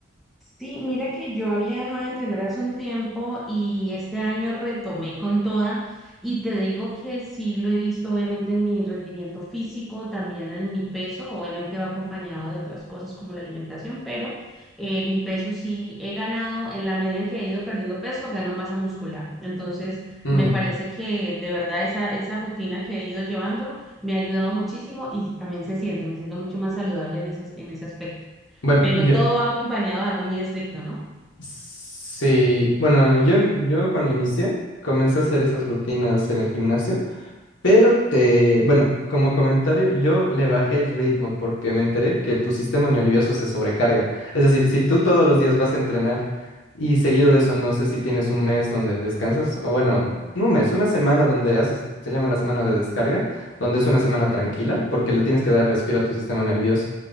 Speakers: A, in the centre; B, on the left.
A: Sí, mira que yo había dejado de entrenar hace un tiempo y este año retomé con toda y te digo que sí lo he visto obviamente en mi rendimiento físico, también en mi peso, obviamente va acompañado de otras cosas como la alimentación, pero eh, mi peso sí he ganado en la medida en que he ido perdiendo peso, gano masa muscular. Entonces
B: Mm,
A: me parece que de verdad esa, esa rutina que he ido llevando me ha ayudado muchísimo y también se siente, me siento mucho más saludable en ese, en ese aspecto
B: Bueno,
A: pero
B: yo
A: todo va acompañado de algo muy estricto, ¿no?
B: sí, bueno, yo, yo cuando inicié comencé a hacer esas rutinas en el gimnasio. Pero te, bueno, como comentario, yo le bajé el ritmo porque me enteré que tu sistema nervioso se sobrecarga. Es decir, si tú todos los días vas a entrenar y seguido de eso, no sé si tienes un mes donde descansas, o bueno, no un mes, una semana donde haces, se llama la semana de descarga, donde es una semana tranquila porque le tienes que dar respiro a tu sistema nervioso.